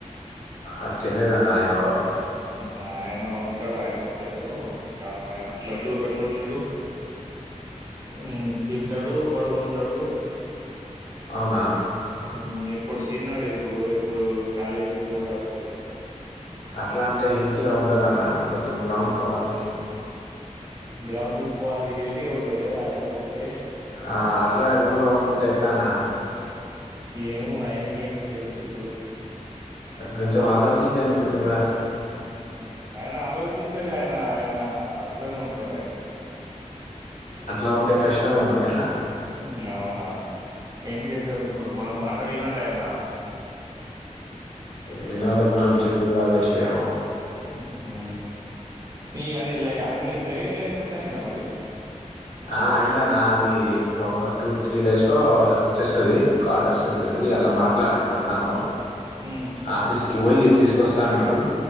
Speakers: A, on the left (about 75°); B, on the right (about 30°).
A: అ తెలియదు అన్న ఎవరో
B: ఆ ఆయన ఉంటడు ఆయన పేరు చాలా ఆయన లడ్డుక్ లడ్డు ఉంటడు. ఉమ్ తింటడు పడుగొంటడు.
A: అవునా
B: ఉమ్ ఇప్పుడు తినడు ఇప్పుడు ఇప్పుడు కాలేజీకి పోతాంటడు.
A: అట్లా అంటే హెల్తీగా ఉండరన్న కొంచెం గ్రౌండ్క్ కోవాలి.
B: గ్రౌండ్క్ పోవాలి హెల్తీగా ఉంటరు కదా అట్ల పోతే
A: ఆ అట్లనే రూమ్ లో వండుకుంటే ఎట్లన్నా?
B: ఏమో తెలుసు ఇప్పుడు
A: కొంచెం
B: ఉమ్మ్
A: ఆలోచించండి మీరు కూడా
B: ఉమ్ ఆయన ఆలోచించడు ఆయన నా అట్లానే ఉంటడు ఆయనకి
A: అట్లా ఉంటే కష్టమే మరి అన్న
B: ఉమ్ అవునా ఏం చేద్దాం ఇప్పుడు మన మాట వినడు ఆయన
A: విననోలకు మనం చెప్పి కూడా వేస్టే
B: ఉహూ నీ అది లయ నీ డ్రైవింగ్ లైసెన్స్ అయిందా మరి
A: ఆ అయిందన్న అది ఒక టూ త్రీ డేస్ లో అచ్చేస్తది. కార్డు అస్థది సూడు ఇయలా మాట్లాడిన అన్నతో
B: హ్మ్.
A: ఆఫీస్కి పోయి తీసుకొస్తా అన్నడు